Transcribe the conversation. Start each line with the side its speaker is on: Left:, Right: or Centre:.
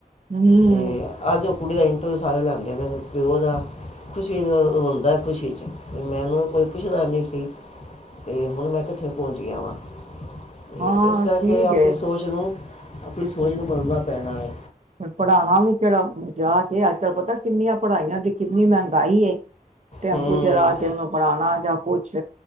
Right: ਹਮ
Left: ਤੇ ਅੱਜ ਉਹ ਕੁੜੀ ਦਾ ਇੰਟਰਵਿਊ ਸਾਰੇ ਲੈਂਦੇ ਪ‌ਏ ਨੇ। ਪਿਓ ਉਹਦਾ ਖੁਸ਼ੀ ਦਾ ਰੋਂਦਾ, ਖੁਸ਼ੀ 'ਚ। ਮੈਂਨੂੰ ਕੋਈ ਪੁੱਛਦਾ ਨ੍ਹੀਂ ਸੀ। ਤੇ ਹੁਣ ਮੈਂ ਕਿੱਥੇ ਪਹੁੰਚ ਗਿਆ ਵਾਂ। ਤੇ
Right: ਹਾਂ
Left: ਇਸ ਕਰਕੇ
Right: ਠੀਕ
Left: ਆਪਣੀ
Right: ਹੈ
Left: ਸੋਚ ਨੂੰ, ਆਪਣੀ ਸੋਚ ਨੂੰ ਬਦਲਣਾ ਪੈਣਾ ਏ।
Right: ਹੁਣ ਪੜ੍ਹਾਣਾ ਵੀ ਕਿਹੜਾ ਮਜ਼ਾਕ ਏ। ਅੱਜ-ਕੱਲ੍ਹ ਪਤਾ ਕਿੰਨੀਆਂ ਪੜ੍ਹਾਈਆਂ ਤੇ ਕਿੰਨੀ ਮਹਿੰਗਾਈ ਏ। ਟੈਂਪੂ
Left: ਹੂੰ
Right: ਚਲਾ ਕੇ ਉਹਨੂੰ ਪੜਾਨਾ ਜਾਂ ਕੁੱਛ।